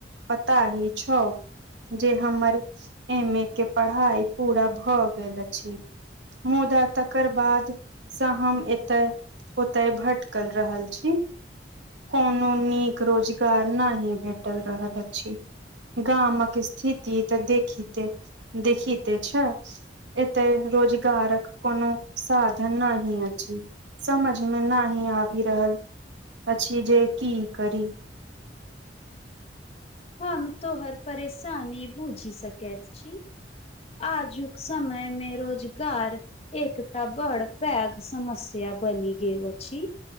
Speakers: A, on the right; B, on the left.
A: पता ही छ जे हमर एम ए के पढ़ाई पूरा भऽ गेल अछि मुदा तकर बाद सँ हम एतय ओतय भट्कल रहल छी कोनो नीक रोजगार नाहि भेटल रहल अछि गामक स्थिति तऽ देखिते देखिते छ एते रोजगारक कोनो साधन नहि अछि समझ मे न ही आबि रहल अछि जे की करी
B: हम तोहर परेशानी बूझी सकैत छी आजुक समय मे रोजगार एकटा बड़ पैघ समस्या बनि गेल अछि